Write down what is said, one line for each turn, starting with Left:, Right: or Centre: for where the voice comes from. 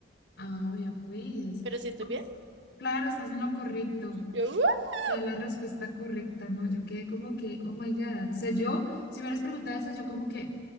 Left: ah, ya pues.
Right: ¿Pero si estoy
Left: Pues
Right: bien?
Left: claro, estás en lo correcto. O
Right: Yo, "Uh,
Left: sea, la respuesta correcta, ¿no? Yo quedé como que, oh my God. O sea, yo, si me hubieras preguntado eso, yo como que,